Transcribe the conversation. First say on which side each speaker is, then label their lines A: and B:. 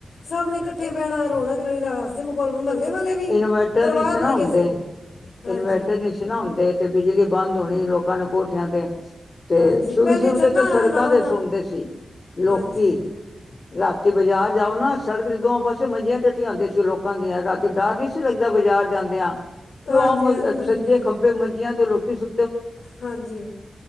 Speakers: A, on the left; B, on the left.
A: ਸਭ ਨੇ ਇਕੱਠੇ ਬੈਣਾ ਰੌਣਕ ਲੱਗ ਜਾਣਾ ਬਸ ਅ ਮਖੌਲ ਮਹੱਲੇ ਵਾਲੇ ਵੀ
B: ਇਨਵਰਟਰ
A: ਪਰਿਵਾਰ
B: ਨਹੀਂ
A: ਵਰਗੇ
B: ਨਾ ਹੁੰਦੇ
A: ਸੀ ਹਾਂਜੀ
B: ਇਨਵਰਟਰ ਨਹੀਂ ਨਾ ਹੁੰਦੇ ਤੇ ਬਿਜਲੀ ਬੰਦ ਹੋਣੀ ਲੋਕਾਂ ਨੇ ਕੋਠਿਆਂ ਤੇ ਤੇ
A: ਹਾਂਜੀ
B: ਸ਼ੁਰੂ
A: ਪਹਿਲੇ
B: -ਸ਼ੁਰੂ
A: ਛੱਤਾਂ
B: ਤੇ ਤਾਂ
A: ਨਾਲ
B: ਸੜਕਾਂ
A: ਨਾਲ
B: ਤੇ
A: ਨਾਲ
B: ਸੌਦੇ ਸੀ ਲੋਕੀ
A: ਹਾਂਜੀ
B: ਰਾਤੀ ਬਾਜ਼ਾਰ ਜਾਓ ਨਾ ਸੜਕ ਦੇ ਦੋਾਂ ਪਾਸੇ ਮੰਜੀਆਂ ਡੱਠੀਆ ਹੁੰਦੀ ਸੀ ਲੋਕਾਂ ਦੀਆਂ ਰਾਤੀ ਡਰ ਨਹੀਂ ਸੀ ਲੱਗਦਾ ਬਾਜ਼ਾਰ ਜਾਂਦਿਆਂ ਕਿਉ
A: ਹਾਂਜੀ
B: ਆ
A: ਹਾਂਜੀ ਮੈਨੂੰ
B: ਸੱਜੇ ਖੱਬੇ ਮੰਜੀਆਂ ਤੇ ਲੋਕੀ ਸੁ
A: ਹਾਂਜੀ